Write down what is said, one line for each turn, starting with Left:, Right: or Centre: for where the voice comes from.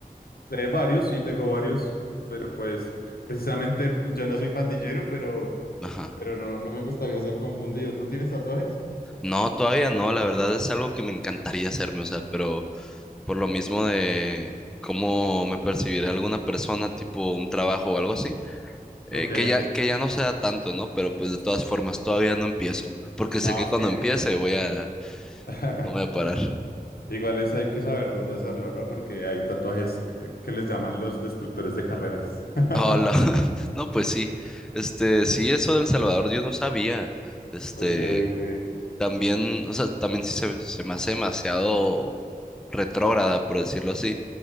Left: Eh, varios, sí, tengo varios, pero pues precisamente pues, yo no soy pandillero, pero,
Centre: Ajá.
Left: pero no, no me gustaría ser confundido. ¿Tú tienes tatuajes?
Centre: No, todavía no, la verdad es algo que me encantaría hacerme, o sea, pero por lo mismo de cómo me percibirá alguna persona, tipo un trabajo o algo así, eh,
Left: Ok,
Centre: que ya, que ya no sea tanto, ¿no? Pero pues de todas formas todavía no empiezo, porque
Left: no,
Centre: sé que
Left: es
Centre: cuando
Left: que
Centre: empiece voy a,
Left: <laughs>
Centre: no voy a parar.
Left: igual es, hay que saber dónde hacerlo, ¿no? Porque hay tatuajes que que les llaman los destructores de carreras. <laughs>
Centre: Hola, <laughs> no, pues sí, este, sí, eso del Salvador yo no sabía, este,
Left: Ok, ok.
Centre: también, o sea, también sí se, se me hace demasiado retrógrada, por decirlo así,